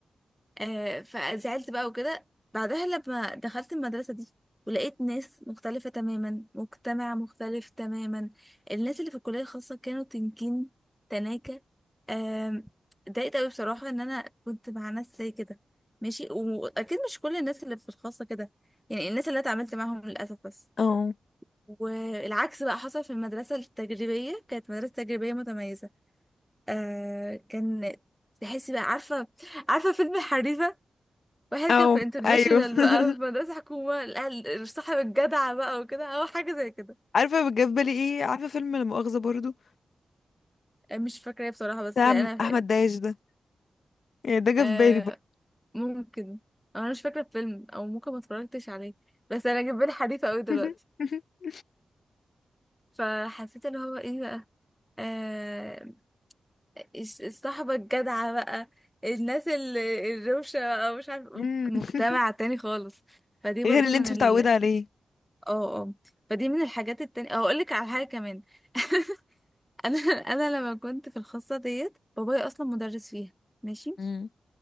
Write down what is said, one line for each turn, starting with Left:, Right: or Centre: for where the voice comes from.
Centre: آه فزعلت بقى وكده بعدها لما دخلت المدرسة دي ولقيت ناس مختلفة تماما مجتمع مختلف تماما الناس اللي في الكلية الخاصة كانوا تنكين تناكة آم، اتضايقت قوي بصراحة ان انا كنت مع ناس زي كده ماشي واكيد مش كل الناس اللي في الخاصة كده يعني الناس اللي أنا اتعاملت معاهم للأسف بس
Left: او
Centre: والعكس بقى حصل في المدرسة التجريبية كانت مدرسة تجريبية متميزة آه كان تحسي بقى عارفة عارفة فيلم حريفة واحد كان
Left: او
Centre: في انترناشونال
Left: ايوه <laughs>
Centre: بقى في مدرسة حكومة الأهل- صاحب الجدع بقى وكده أو حاجة زي كده
Left: عارفه جاب بالي ايه عارفه فيلم لا مؤاخذه برضو
Centre: آه، مش فاكرة إيه بصراحة بس
Left: بتاع
Centre: أنا فاكرة
Left: احمد داش ده يعني ده جه
Centre: آه
Left: في بالي برضو
Centre: ممكن أو أنا مش فاكرة الفيلم أو ممكن ما اتفرجتش عليه بس أنا جايب بالي حريفة أوي دلوقتي
Left: <laughs>
Centre: فحسيت اللي هو إيه بقى آه الش- الصحبة الجدعة بقى الناس ال- الروشة بقى مش عارف
Left: أم.
Centre: مجتمع
Left: <laughs>
Centre: تاني خالص فدي
Left: غير
Centre: برضو
Left: اللي
Centre: من
Left: انت
Centre: ال
Left: متعوده عليه
Centre: اه اه فدي من الحاجات التانية أو أقولك على حاجة كمان <laughs> انا <laughs> انا لما كنت في الخاصه ديت بابايا اصلا مدرس فيها ماشي
Left: مم.